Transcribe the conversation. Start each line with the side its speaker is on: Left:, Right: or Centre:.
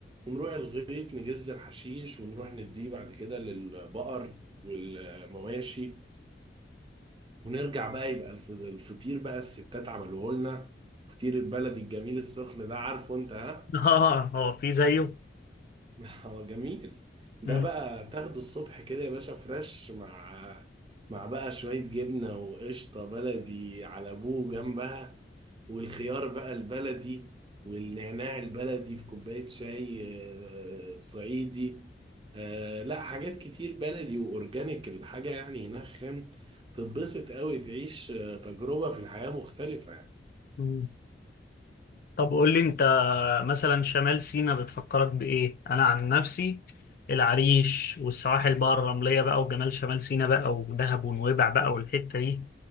Right: ونروح الغيط نجز الحشيش ونروح نديه بعد كده للبقر والمواشي ونرجع بقى يبقى الف- الفطير بقى الستات عملوه لنا فطير البلدي الجميل السخن ده عارفه انت ها
Left: <laughs> اه هو في زيه
Right: <laughs> آه، جميل ده
Left: مم.
Right: بقى تاخده الصبح كده يا باشا فريش مع مع بقى شوية جبنة وقشطة بلدي على ابوه جنبها والخيار بقى البلدي والنعناع البلدي في كوباية شاي آه، صعيدي آه، لا حاجات كتير بلدي وأورجانيك الحاجة يعني هناك خام تتبسط قوي تعيش آه، تجربة في الحياة مختلفة يعني
Left: مم. طب قول لي انت مثلا شمال سيناء بتفكرك بايه انا عن نفسي العريش والسواحل بقى الرملية بقى وجمال شمال سيناء بقى ودهب ونويبع بقى والحتة دي